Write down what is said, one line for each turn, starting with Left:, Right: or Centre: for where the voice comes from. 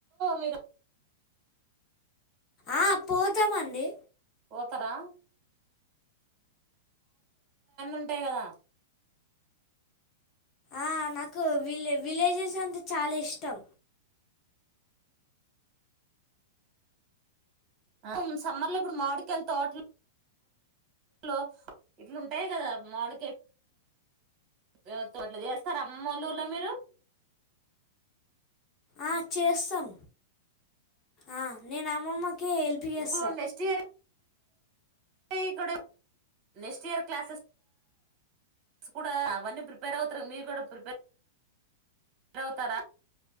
Right: మీరు
Left: ఆ పోతామండి
Right: పోతరా ఉంటాయి కదా
Left: ఆ నాకు విలే విలేజెస్ అంత చాలా ఇష్టం
Right: అవును సమ్మర్ లో ఇప్పుడు మాడికయళ్లు తోటలు ఇట్లు ఇట్లుంటాయి కదా మామిడి కాయ తోట్ల చేస్తారా అమ్మలూరులో మీరు
Left: ఆ చేస్తాం ఆ నేను అమ్మమ్మక హెల్ప్ చేస్తా
Right: ఇప్పుడు నెక్స్ట్ ఇయర్ ఇక్కడ నెక్స్ట్ ఇయర్ క్లాసెస్ కూడా అవన్నీ ప్రిపేర్ అవుతర మీరు కూడా ప్రిపేర్ ర్ అవుతారా